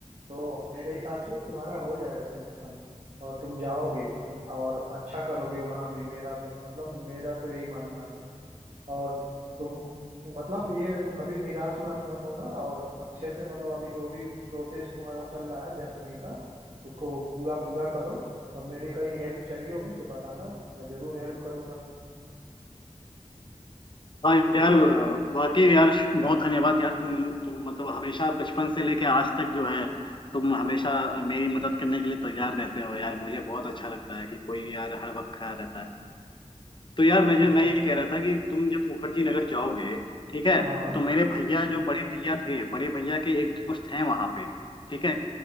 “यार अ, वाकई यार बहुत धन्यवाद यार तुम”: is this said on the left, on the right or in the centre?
Left